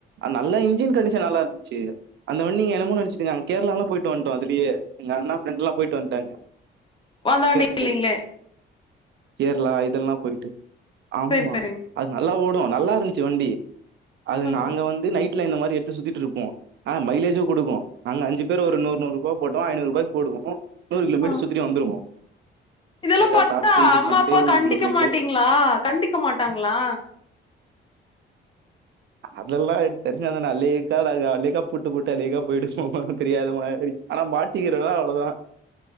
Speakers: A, on the right (about 65°); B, on the left (about 25°).
A: அத் நல்லா இன்ஜின் கண்டிஷன் நல்லா இருந்துச்சு அந்த வண் நீங்க என்னமோ நெனைச்சுக்குங்க நாங் கேரளாலா போய்ட்டு வந்ட்டோ அதுலியே எங்க அண்ணா ஃப்ரெண்ட்லா போய்ட்டு வந்ட்டாங்க
B: ஓ அந்த
A: இங்க
B: வண்டி
A: இருந்து
B: இல்லீங்களே
A: கேரளா இதெல்லா போய்ட்டு ஆம்மா
B: சரி சரிங்க
A: அது நல்லா ஓ டு நல்லாருந்ச்சு வண்டி அது
B: ஆ
A: நாங்க வந் வீட்ல இந்த மாரி எடுத்து சுத்திட்ருப்போ ஆ மைலேஜு குடுக்கு நாங்க அஞ்சு பேர் ஒரு நூர் நூர் ருபா போட்டோ ஐநூர் ருபாய்க் போடுவோ நூறு கிலோ மீட்ரு
B: ஆ
A: சுத்திட்டு வந்துருவோ
B: இதெல்லா
A: எதா
B: பாத்தா
A: சாப்ட்டு இது
B: அம்மா
A: பண்ட்டு
B: அப்பா
A: ஊருக்குள்ள
B: கண்டிக்க
A: போயிட்டு
B: மாட்டீங்ளா கண்டிக்க மாட்டாங்ளா
A: அதெல்லா தெரிஞ்சா தான அல்லேக்கா நாங்க அல்லேக்கா புட்டு புட்டு அலேக்கா போயிடுவோ ஒன்னு தெரியாத மாதிரி ஆனா மாட்டிக்கிறோனோ அவ்ளோ தா